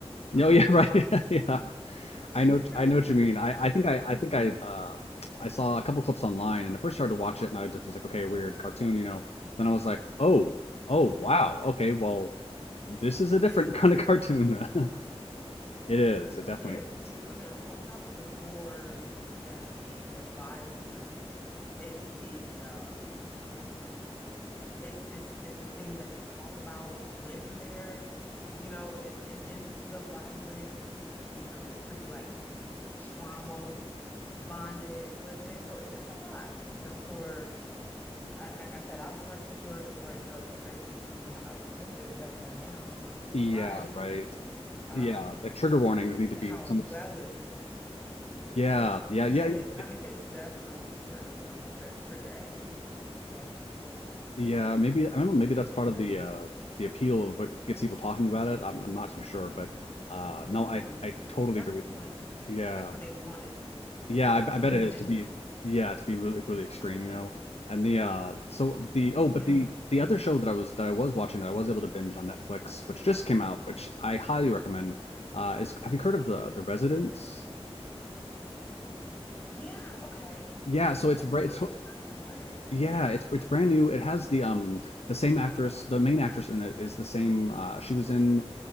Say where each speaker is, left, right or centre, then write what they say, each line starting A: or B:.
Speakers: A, on the left; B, on the left.
A: Um
B: No, yeah, right. <laughs> Yeah. I
A: <laughs> yeah.
B: know, I know what you mean. I, I think I, I think I, uh, I saw a couple clips online, and at first started to watch it, and I just was like, okay, weird cartoon, you know. Then I was like, oh, oh,
A: Mhm.
B: wow, okay, well, this is a different
A: It's deep.
B: <laughs> kind of cartoon. <laughs>
A: It's deep.
B: It is. It
A: Yeah,
B: definitely
A: it's deep.
B: is.
A: I mean, on, on top of the gore and the the violence, it's the um it's it's it's the thing that they talk about when they're, you know, in in, in the violence, you know, it's pretty like trauma bonded with it. So it's it's a lot, you know, for I, like I said, I'm not too sure if it's for adults, especially, you know, how sensitive adults are now. I'm I'm surprised
B: Yeah, right.
A: um
B: Yeah, the trigger warnings need to be
A: how
B: some.
A: well it's doing.
B: Yeah, <laughs> yeah,
A: Yeah,
B: yeah, yeah.
A: it's
B: it-
A: I mean, it's definitely trigger warrant, tr trigger activating. It, it definitely is.
B: yeah, Maybe I don't know. Maybe that's
A: It
B: part
A: definitely
B: of the uh,
A: is.
B: the appeal of what gets people talking about it. I'm, I'm not too sure, but uh, no,
A: Mm,
B: I I totally
A: that's
B: agree
A: a good point.
B: with you. Yeah.
A: That's what they wanted to do.
B: Yeah, I, I
A: It
B: bet
A: was intentional.
B: it is to be yeah, to be really really extreme, you know. And the uh so the oh,
A: Yeah.
B: but the the other show that I was that I was watching that I was able to binge on Netflix, which just came out, which I highly recommend, uh is have you heard of the The Residents?
A: Yeah, okay.
B: Yeah, so it's
A: If
B: bra-
A: people
B: it's
A: keep talking about it.
B: yeah, it's it's brand new. It has the um the same actress, the main actress in it is the same uh she was in